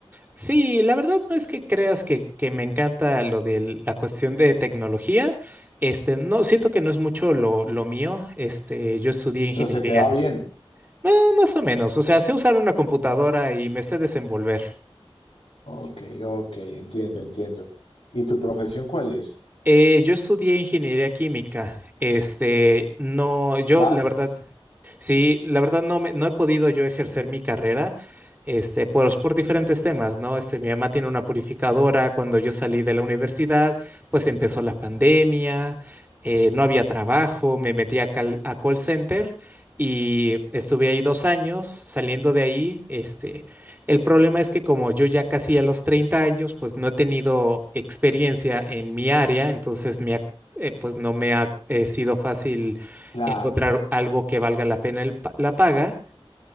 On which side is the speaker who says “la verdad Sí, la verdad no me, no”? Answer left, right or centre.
Right